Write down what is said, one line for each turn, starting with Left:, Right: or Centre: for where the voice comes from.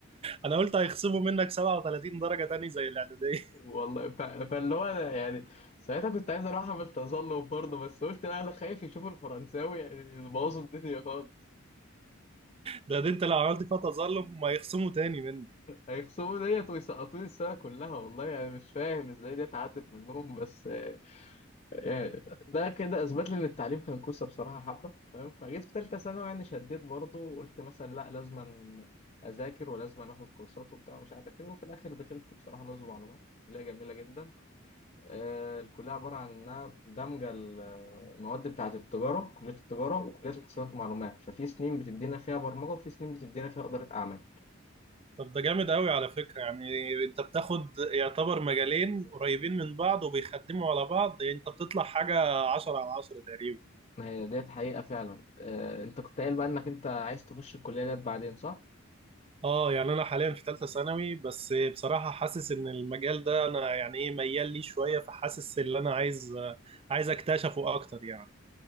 Right: انا قلت هيخصموا منك 37 درجه تاني زي الاعداديه
Left: والله ف... فاللي هو أنا يعني ساعتها كنت عايز اروح اعمل تسلق برضه بس قلت لا انا خايف يشوفوا الفرنساوي يعني يبوظوا الدنيا خالص
Right: ده, ده انت لو عملت فيها تظلم هم هيخصموا تاني منك
Left: هيخصموا ديت ويسقطوني السنه كلها والله يعني مش فاهم ازاي دي اتعدت منهم بس آه، آه، ده كده اثبت لي ان التعليم كان كوسه بصراحه حبه فاهم فجيت في ثالثه ثانوي يعني شديت برضه وقلت مثلا لا لازم اذاكر ولازم اخد كورسات وبتاع ومش عارف ايه وفي الاخر دخلت بصراحه نظم معلومات اللي هي جميله جدا آه، الكلية عبارة عن إنها دمجة ال- المواد بتاعة التجارة كلية التجارة وكلية الحسابات والمعلومات ففي سنين بتدينا فيها برمجة وفي سنين بتدينا فيها إدارة أعمال
Right: طب ده جامد قوي على فكرة يعني انت بتاخد يعتبر مجالين قريبين من بعض وبيخدموا على بعض يعني انت بتطلع حاجة عشرة على عشرة تقريبا
Left: ما هي ديت حقيقة فعلا آه، أنت كنت قايل بقى إنك أنت عايز تخش الكلية ديت بعدين صح؟
Right: اه يعني انا حاليا في ثالثة ثانوي بس بصراحة حاسس ان المجال ده انا يعني ايه ميال ليه شوية فحاسس ان انا عايز عايز اكتشفه اكتر يعني